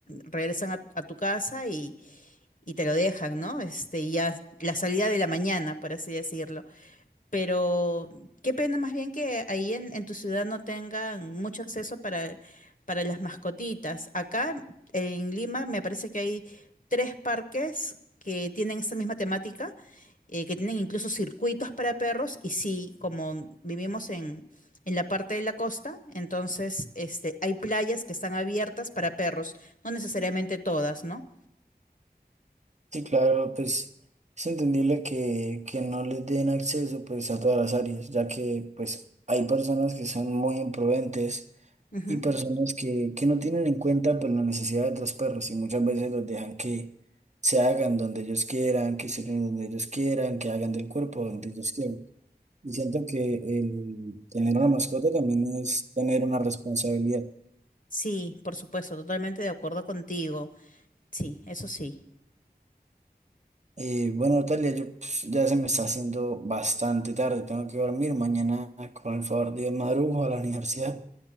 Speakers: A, on the left (about 55°); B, on the right (about 45°).
A: regresan a, a tu casa y, y te lo dejan, ¿no? Este, y ya la salida de la mañana, por así decirlo. Pero qué pena más bien que ahí en, en tu ciudad no tengan mucho acceso para, para las mascotitas. Acá en Lima me parece que hay tres parques que tienen esta misma temática, eh, que tienen incluso circuitos para perros. Y sí, como vivimos en, en la parte de la costa, entonces este, hay playas que están abiertas para perros, no necesariamente todas, ¿no?
B: Sí, claro, pues es entendible que, que no les den acceso pues a todas las áreas, ya que pues hay personas que son muy imprudentes
A: Ujú.
B: y personas que, que no tienen en cuenta pues la necesidad de otros perros y muchas veces los dejan que se hagan donde ellos quieran, que se den donde ellos quieran, que hagan del cuerpo donde ellos quieran. Y siento que el tener una mascota también es tener una responsabilidad.
A: Sí, por supuesto, totalmente de acuerdo contigo. Sí, eso sí.
B: Eh, bueno, Natalia, yo pues, ya se me está haciendo bastante tarde, tengo que dormir mañana con el favor de Dios madrugo a la universidad.